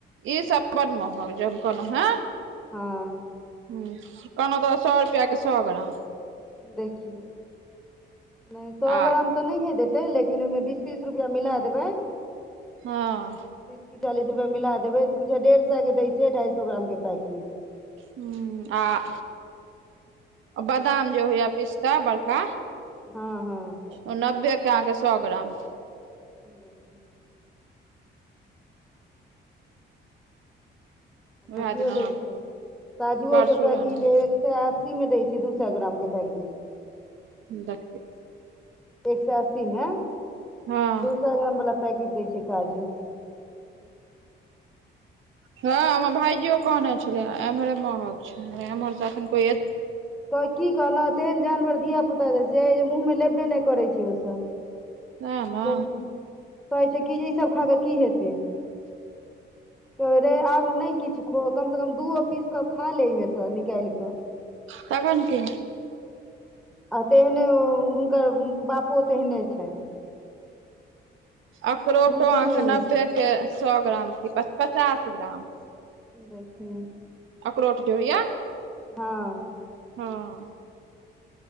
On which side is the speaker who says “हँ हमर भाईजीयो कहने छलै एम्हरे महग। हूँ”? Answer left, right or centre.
Right